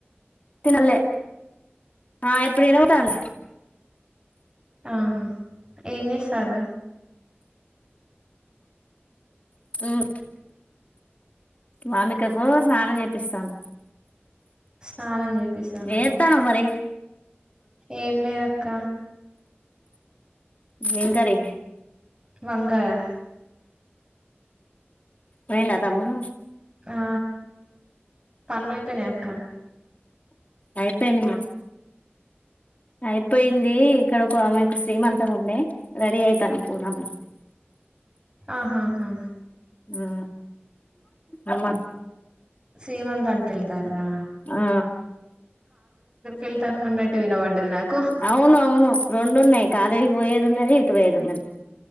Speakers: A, on the left; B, on the right.
A: తినలే ఆ ఇప్పుడు వినబడుతుంది
B: ఆహా ఏం చేస్తారు
A: మ్ వామికకు స్నానం చేపిస్తాను
B: స్నానం చేపిసాను
A: ఏత్తన్నావ్ మరి
B: ఏం లేదక్క
A: ఏ కర్రీ
B: వగాయా
A: పోయిండా తముడు
B: ఆ పనులైపోయినా అక్క
A: అయిపోయినాయి అయిపోయింది ఇక్కడ ఒక ఆమె ఇక్కడ శ్రీమంతం ఉండే రెడీ అయితానం పోదాం అన్ని
B: ఆహాహా
A: ఆ అమ్మ
B: శ్రీమంతానికి వెళ్తారా
A: ఆ
B: వెళ్తామన్నట్టు వినపడ్డది నాకు
A: అవున అవును రెండు ఉన్నాయి కాలేజ్ పోయేది ఉన్నది ఇటు పోయేది ఉన్నది